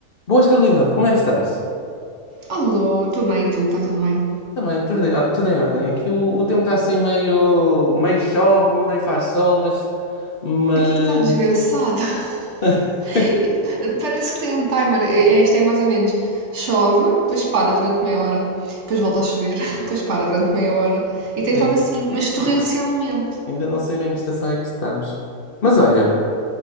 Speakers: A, on the left; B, on the right.
A: Boas, Carolina, como é que estás?
B: Alô, tudo bem? Tu, está tudo bem?
A: Também, tudo em, tudo em ordem. Aqui o, o tempo está assim meio, meio chove, meio faz sol, mas, mas...
B: Aqui está desgraçado.
A: <laughs>
B: <laughs> Parece que tem um timer. Este é- é mais ou menos. Chove, depois para durante meia hora, depois volta a chover, <laughs> depois para durante meia hora. E tem
A: É,
B: estado assim, mas torrencialmente.
A: ainda não sei bem que estação é que estamos. Mas olha,